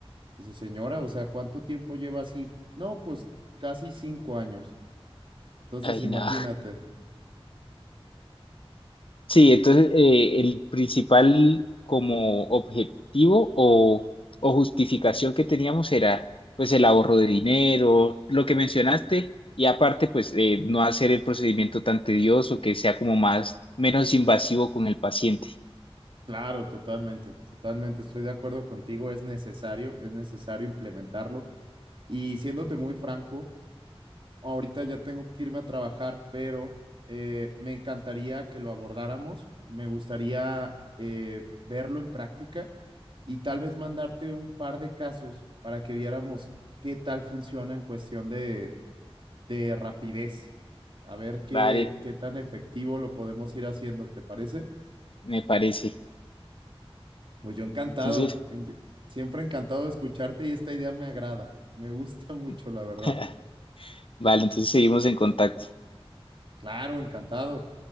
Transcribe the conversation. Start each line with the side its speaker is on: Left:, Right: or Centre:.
Right: Dice, señora, o sea, ¿cuánto tiempo lleva así? No, pues casi cinco años. Entonces,
Left: Ay,
Right: imagínate.
Left: no. Sí, entonces eh, el principal como objetivo o, o justificación que teníamos era pues el ahorro de dinero, lo que mencionaste, y aparte pues eh, no hacer el procedimiento tan tedioso, que sea como más, menos invasivo con el paciente.
Right: Claro, totalmente, totalmente. Estoy de acuerdo contigo. Es necesario, es necesario implementarlo. Y siéndote muy franco, ahorita ya tengo que irme a trabajar, pero eh, me encantaría que lo abordáramos. Me gustaría eh, verlo en práctica y tal vez mandarte un par de casos para que viéramos qué tal funciona en cuestión de, de rapidez. A ver qué,
Left: Vale,
Right: qué tan efectivo lo podemos ir haciendo, ¿te parece?
Left: me parece.
Right: Pues yo encantado,
Left: Entonces,
Right: en- siempre encantado de escucharte y esta idea me agrada, me gusta mucho,
Left: <laughs>
Right: la verdad.
Left: vale, entonces seguimos en contacto.
Right: Claro, encantado.